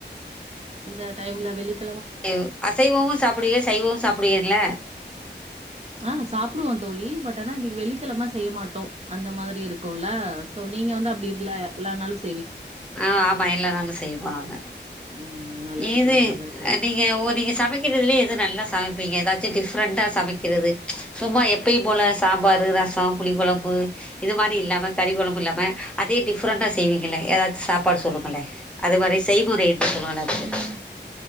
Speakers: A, on the right (about 35°); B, in the centre.
A: இந்த டைம்ல வெள்ளிக்.
B: ம் அசைவமும் சாப்புடுவ சைவவும் சாப்புடுவில்ல.
A: ஆஹ சாப்புடுவோ தோழி பட் ஆனா இன்னிக்கு வெள்ளிக்கிழம செய்ய மாட்டோ அந்த மாரி இருக்கும்ல. ஓ நீங்க வந்து அப்படி இல்ல எல்லனாலு சாப்.
B: ஆஹ ஆமா எல்லா நாலு செய்ய போனாங்க.
A: ம் நல்லது
B: இது
A: தோழி நல்லது தோழி
B: நீங்க நீங்க சமைக்கிறதுலயே எது நல்லா சமைப். பிங்க எதாச்சி டிஃப்ரெண்ட்டா சமைக்கிறது. ம்ச் சும்மா எப்பயு போல சாம்பாரு, ரசோ, புளிக்கொழம்பு இது மாரி இல்லாம கறிக்கொழம்பு இல்லாம அதே டிஃரெண்ட்டா செய். செய்வீங்களே ஏதாச்சும் சாப்பாடு சொல்லுங்களே அது மாரி செய்முறை. எது சொல்லுங்களே அதுக்கு
A: உம்